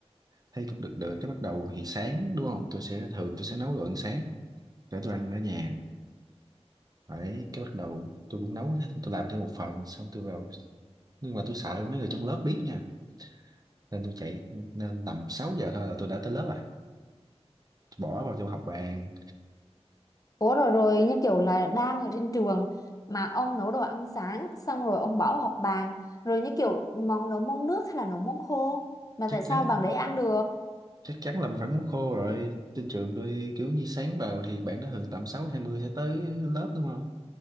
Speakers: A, on the right; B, on the left.
A: thấy cũng được được cái bắt đầu thì sáng đúng không tôi sẽ thường tôi sẽ nấu đồ ăn sáng để tôi ăn ở nhà đấy cái bắt đầu tôi cũng nấu tôi làm thêm một phần xong tôi vào nhưng mà tôi sợ mấy người trong lớp biết nha nên tôi chạy nên tầm 6 giờ thôi là tôi đã tới lớp rồi tôi bỏ vào trong học bàn
B: Ủa rồi rồi như kiểu là đang ở trên trường mà ông nấu đồ ăn sáng xong rồi ông bảo học bàn rồi như kiểu món nấu món nước hay là nấu món khô mà
A: chắc
B: tại sao
A: chắn
B: bằng đấy ăn được?
A: chắc chắn là phải muốn khô rồi trên trường tôi kiểu như sáng vào thì bạn nó thường tầm sáu hai mươi sẽ tới lớp đúng không